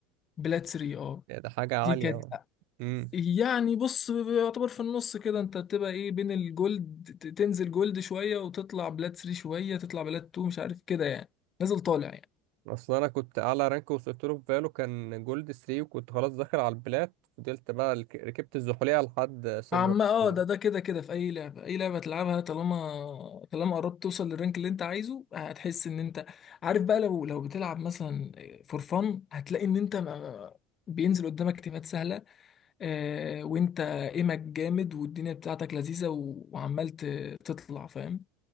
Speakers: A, on the left; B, on the right.
A: بلاد 3 أه
B: يعني ده حاجة عالية
A: دي كانت
B: أوي. امم
A: يعني بص يعتبر في النص كده انت بتبقى ايه بين الجولد ت- تنزل جولد شوية وتطلع بلات 3 شوية تطلع بلات 2 مش عارف كده يعني نازل طالع يعني
B: اصل انا كنت اعلى رانك وصلت له في فالو كان جولد 3 وكنت خلاص داخل على البلات فضلت بقى الك- ركبت الزحلية لحد سيرفر
A: عم اه
B: اتنين.
A: ده ده كده كده في اي لعبة اي لعبة تلعبها طالما طالما قربت توصل للرانك اللي انت عايزه هتحس ان انت عارف بقى لو لو بتلعب مثلا فور فن هتلاقي ان انت ما- بينزل قدامك تيمات سهلة آه، وانت ايمك جامد والدنيا بتاعتك لذيذة و- وعمال ت- تطلع فاهم